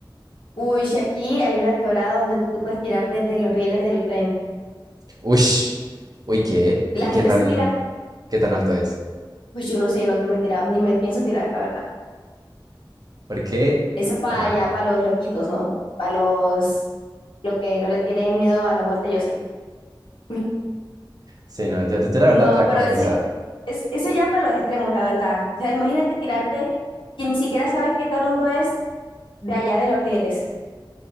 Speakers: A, on the left (about 80°); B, on the right (about 50°).
A: Uy, si aquí hay una quebrada donde tú te puedes tirar desde los rieles del tren.
B: Ush, uy, ¿qué?
A: La
B: ¿Y qué
A: gente
B: tan,
A: se tira,
B: qué tan alto es?
A: pues yo no sé, yo nunca me he tirado, ni me pienso tirar, la verdad.
B: ¿Por qué?
A: Eso para
B: nada
A: allá, para los loquitos, ¿no? Para los, lo que no le tienen miedo a la muerte, yo sí. <laughs>
B: sí, no, yo, yo la
A: No,
B: verdad te voy a
A: pero
B: confesar.
A: eso, es, eso ya para los extremos, la verdad. O sea, imagínate tirarte que ni siquiera sabes qué tan hondo es de allá de los rieles